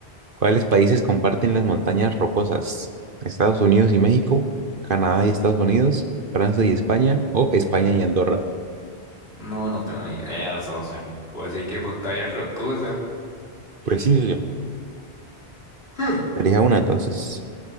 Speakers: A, on the right; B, on the left.
A: ¿cuáles países comparten las montañas rocosas? ¿Estados Unidos y México? ¿Canadá y Estados Unidos? ¿Francia y España? ¿O España y Andorra?
B: No, no tengo ni idea, socio. Pues así que pantalla rocosa.
A: Preciso yo.
B: <laughs>
A: Elija una entonces.